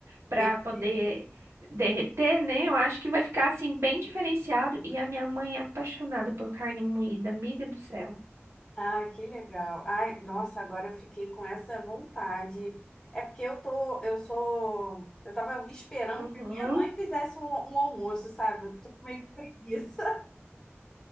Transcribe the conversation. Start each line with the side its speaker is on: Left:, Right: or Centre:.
Right: para
Left: Derreter.
Right: poder derreter, né? Eu acho que vai ficar assim bem diferenciado. E a minha mãe é apaixonada por carne moída, amiga do céu.
Left: Ah, que legal. Ai, nossa, agora eu fiquei com essa vontade. É porque eu tô, eu sou, eu tava esperando
Right: Uhum.
Left: que a minha mãe fizesse um, um almoço, sabe? Eu tô com meio que preguiça.